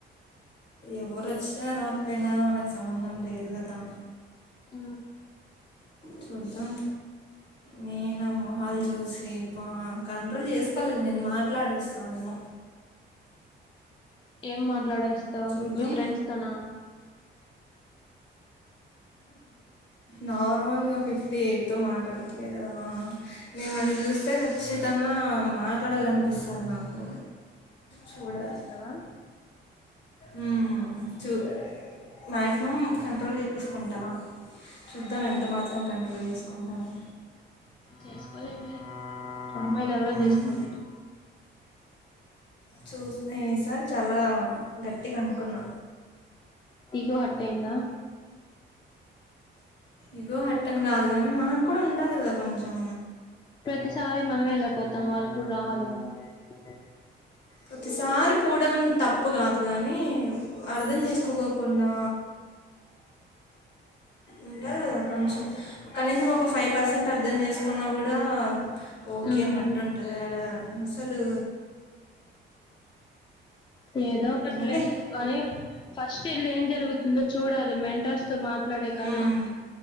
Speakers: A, on the left; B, on the left.
A: ఎవరు వచ్చిన రాకపోయినా మనకు సంబంధం లేదు కదా
B: ఆ
A: చూద్దాం నేను ఆ మొహాలు చూసి అబ్బా కంట్రోల్ చేసుకోలేను నేను మాట్లాడిస్తానేమో
B: ఏం మాట్లాడేస్తావు
A: చూద్దాం
B: మీ ఫ్రెండ్స్ తోన
A: నార్మల్గా ఫిఫ్త్ ఎయిట్తో మాట్లాడట్లేదు కదా నేను వాళ్ళని చూస్తే ఖచ్చితంగా మాట్లాడాలని పిస్తాది నాకు చూడాలి
B: కదా
A: ఉమ్ చూ మ్యాక్సిమం కంట్రోల్ చేసుకుంటా చూద్దాం ఎంత మాత్రం కంట్రోల్ చేసుకుంటానో
B: చేస్కోలేంలే అమ్మాయిలు ఎవరు
A: మ్మ్.
B: చేస్కోలేరూ
A: చూస్తే ఈసారి చాలా గట్టిగా అనుకున్నా
B: ఇగో హార్ట్ అయిందా
A: ఇగో హార్ట్ అనీ కాదు కానీ మనకు కూడా ఉంటది కదా కొంచెం
B: ప్రతిసారి మనమే ఎలా పోతాం వాళ్ళు కూడా రావాలి కదా ఆహ
A: ప్రతిసారి పోవడం తప్పు కాదు కానీ అర్థం చేసుకోకోకుండా అంటే కొంచం కనీసం ఒక ఫైవ్ పర్సెంట్ అర్ధం చేస్ సుకున్నా కూడా ఓకే
B: ఉమ్
A: అన్నట్టు ఉంటది ఆడ అసలు
B: ఏదో ఒకట్లే
A: ఏమోలే
B: కానీ ఫస్ట్ ఇల్లే ఏం జరుగుతుందో చూడాలి మెంటర్స్తో మాట్లాడే కన్నా
A: మ్మ్.